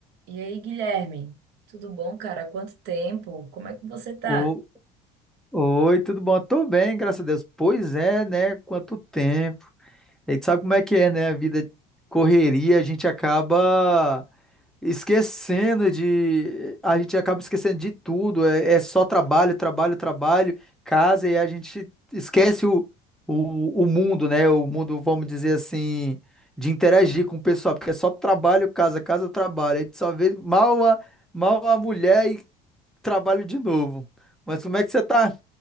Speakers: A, on the right (about 75°); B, in the centre.
A: E aí, Guilherme? Tudo bom, cara? Há Quanto tempo? Como é que você tá?
B: O- Oi, tudo bom? Tô bem, graças a Deus. Pois é, né? Quanto tempo. A gente sabe como é que é, né? A vida correria, a gente acaba esquecendo de. A gente acaba esquecendo de tudo. É, é só trabalho, trabalho, trabalho, casa, e a gente esquece o, o, o mundo, né? O mundo, vamos dizer assim, de interagir com o pessoal, porque é só trabalho, casa, casa, trabalho. Aí tu só vê mal a, mal a mulher e trabalho de novo. Mas como é que você tá?